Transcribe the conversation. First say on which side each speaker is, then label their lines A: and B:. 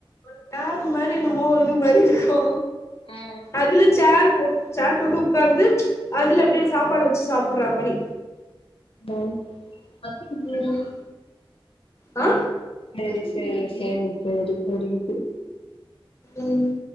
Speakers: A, on the left; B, on the left.
A: ஒரு ஸ்லாப்பு மாரி என்னமோ இது மாரி இருக்கு
B: ஆ
A: அதுல சேர் போ சேர் போட்டு உட்காந்து அதுல அப்டியே சாப்பாடு வச்சு சாப்பட்ற மாரி
B: அலோ <unintelligible>
A: ம் ஆ
B: சேரி சேரி சேரி சேரி புரியுது
A: ம்